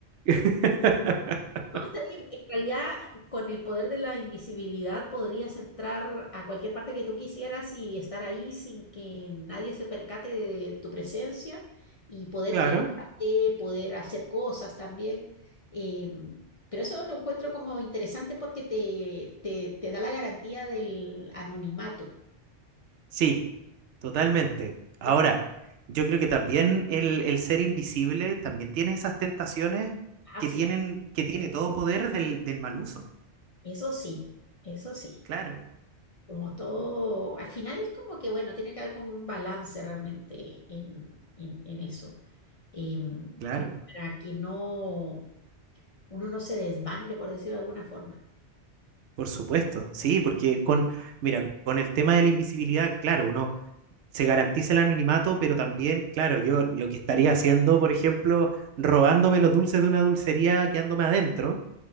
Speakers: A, on the right; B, on the left.
A: <laughs>
B: No, está bien. En realidad, con el poder de la invisibilidad podrías entrar a cualquier parte que tú quisieras y estar ahí sin que nadie se percate de tu presencia y poder
A: Claro.
B: quedarte, poder hacer cosas también. Eh, pero eso lo encuentro como interesante porque te, te, te da la garantía del anonimato.
A: Sí, totalmente. Ahora,
B: Ujú.
A: yo creo que también el, el ser invisible también tiene esas tentaciones
B: Ah,
A: que
B: sí,
A: tienen, que tiene todo poder del, del mal uso.
B: eso sí, eso sí.
A: Claro,
B: como todo, al final es como que, bueno, tiene que haber como un balance realmente en, en, en eso, em,
A: claro.
B: como para que no, uno no se desbande, por decirlo de alguna forma,
A: Por supuesto, sí, porque con, mira, con el tema de la invisibilidad, claro, uno se garantiza el anonimato, pero también, claro, yo lo que estaría haciendo, por ejemplo, robándome los dulces de una dulcería quedándome adentro,